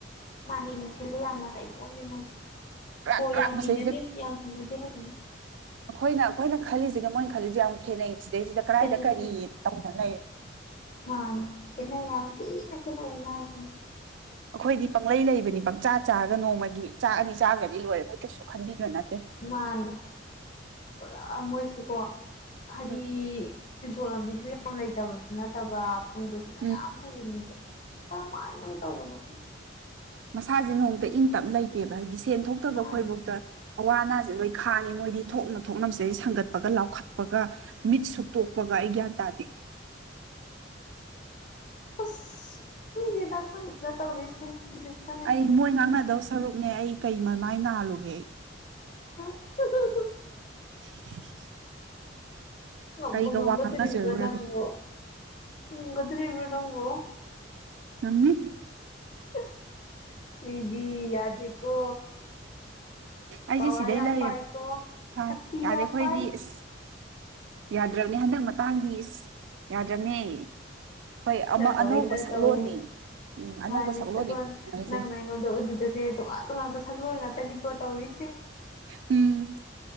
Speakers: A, on the left; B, on the right.
A: ꯃꯥꯅꯦ ꯌꯦꯡꯁꯤꯜꯂꯦ ꯌꯥꯝꯅ ꯀꯩꯅꯣꯝꯅꯦ ꯃꯣꯏꯖꯦ
B: ꯀ꯭ꯔꯛ
A: ꯍꯣ
B: ꯀ꯭ꯔꯛ
A: ꯌꯥꯝ
B: ꯃꯁꯤꯗꯩꯁꯤꯗ
A: ꯍꯩꯅꯗꯦ ꯌꯥꯝ ꯍꯩꯅꯗꯦ ꯍꯥꯏꯖꯤꯅꯤ
B: ꯑꯩꯈꯣꯏꯅ ꯑꯩꯈꯣꯏꯅ ꯈꯜꯂꯤꯖꯤꯒ ꯃꯣꯏ ꯈꯜꯂꯤꯖꯤꯒ ꯌꯥꯝ ꯈꯦꯠꯅꯩ ꯁꯤꯗꯩꯁꯤꯗ ꯀꯗꯥꯏꯗ
A: ꯈꯦꯠꯅꯩ
B: ꯀꯔꯤ ꯇꯧꯗꯅ ꯂꯩꯔꯦ
A: ꯃꯥꯟꯅꯤ ꯈꯦꯠꯅꯩ ꯌꯥꯝ ꯊꯤꯅ ꯈꯦꯠꯅꯩ ꯑꯩꯅ ꯍꯥꯏꯁꯤꯅꯤ
B: ꯑꯈꯣꯏꯗꯤ ꯄꯪꯂꯩ ꯂꯩꯕꯅꯤ ꯄꯪꯆꯥ ꯆꯥꯔꯒ ꯅꯣꯡꯃꯒꯤ ꯆꯥꯛ ꯑꯅꯤ ꯆꯥꯒ꯭ꯔꯗꯤ ꯂꯣꯏꯔꯦ ꯑꯩꯈꯣꯏ ꯀꯩꯁꯨ ꯈꯟꯕꯤꯕ ꯅꯠꯇꯦ
A: ꯃꯥꯟꯅꯤ ꯄꯨꯔꯥ ꯃꯣꯏꯁꯦꯀꯣ ꯍꯥꯏꯗꯤ
B: ꯎꯝ
A: ꯁꯦꯟꯊꯣꯛ ꯂꯝꯕꯤꯖꯨ ꯌꯥꯝ ꯂꯩꯇꯕꯁꯨ ꯅꯠꯇꯕ ꯐꯪꯕꯁꯨ ꯃꯌꯥꯝ
B: ꯎꯝ
A: ꯐꯪꯉꯤꯅꯦꯕ ꯀꯔꯝꯃꯥꯏꯅꯕꯨ ꯇꯧꯕꯅꯣ ꯈꯪꯗꯦ
B: ꯃꯁꯥꯖꯦ ꯅꯣꯡꯃꯇ ꯏꯪ ꯇꯞ ꯂꯩꯇꯦꯕ ꯍꯥꯏꯗꯤ ꯁꯦꯟ ꯊꯣꯛꯇꯕ
A: ꯇꯧꯕ ꯃꯥꯜꯂꯤ
B: ꯑꯩꯈꯣꯏꯕꯧꯇ ꯑꯋꯥ ꯑꯅꯥꯖꯦ ꯂꯣꯏ ꯈꯥꯡꯉꯤ ꯃꯣꯏꯗꯤ ꯊꯣꯛꯅ ꯊꯣꯛꯅ ꯃꯁꯤꯗꯩ ꯁꯪꯒꯠꯄꯒ ꯂꯥꯎꯈꯠꯄꯒ ꯃꯤꯠ ꯁꯨꯛꯇꯣꯛꯄꯒ ꯑꯩ ꯒ꯭ꯌꯥꯟ ꯇꯥꯗꯦ
A: <unintelligible> ꯑꯁ ꯈꯪꯗꯦꯗ ꯈꯪꯗꯦꯗ ꯇꯧꯔꯤꯁꯤ <unintelligible>
B: ꯑꯩ ꯃꯣꯏ ꯉꯥꯡꯅꯗꯧ ꯁꯔꯨꯛꯅꯦ ꯑꯩ ꯀꯩ ꯃꯃꯥꯏ ꯅꯥꯜꯂꯨꯒꯦ ꯑꯩ
A: <unintelligible>
B: <unintelligible>
A: ꯉꯝꯕꯨ
B: ꯀꯩꯒ
A: ꯉꯝꯒꯗꯨꯔꯤꯕ꯭ꯔꯥ
B: ꯋꯥ ꯉꯥꯡꯅꯖꯔꯨꯔꯒꯦ
A: ꯅꯪꯕꯣ ꯉꯝꯒꯗꯨꯔꯤꯕ꯭ꯔꯥ ꯅꯪꯕꯣ
B: ꯉꯝꯅꯤ
A: ꯏꯁ ꯃꯤꯗꯤ ꯌꯥꯗꯦꯀꯣ
B: ꯑꯩꯁꯦ
A: ꯄꯋꯥꯔ
B: ꯁꯤꯗꯩ
A: ꯌꯥꯝ
B: ꯂꯩꯔꯦ
A: ꯄꯥꯏꯀꯣ
B: ꯐꯥꯏ
A: ꯁꯛꯇꯤ
B: ꯌꯥꯗꯦ
A: ꯌꯥꯝ
B: ꯑꯩꯈꯣꯏꯗꯤ
A: ꯄꯥꯏ
B: ꯑꯁ ꯌꯥꯗ꯭ꯔꯕꯅꯦ ꯍꯟꯗꯛ ꯃꯇꯥꯡꯗꯤ ꯏꯁ ꯌꯥꯗ꯭ꯔꯕꯅꯦ ꯍꯣꯏ
A: ꯈꯔ
B: ꯑꯃ
A: ꯇꯧꯋꯦ
B: ꯑꯅꯧꯕ
A: ꯈꯔ
B: ꯁꯛꯂꯣꯟꯅꯤ
A: ꯇꯧꯋꯦ
B: ꯎꯝ ꯑꯅꯧꯕ
A: ꯃꯥꯅꯦ
B: ꯁꯛꯂꯣꯟꯅꯤ
A: ꯁꯒꯣꯜ
B: <unintelligible>
A: ꯅꯪꯅ ꯑꯩꯉꯣꯟꯗ ꯎꯠꯂꯤꯕꯁꯦ ꯇꯣꯉꯥꯟ ꯇꯣꯉꯥꯟꯕ ꯁꯛꯂꯣꯟ ꯉꯥꯛꯇꯅꯤꯀꯣ ꯇꯧꯔꯤꯁꯤ
B: ꯎꯝ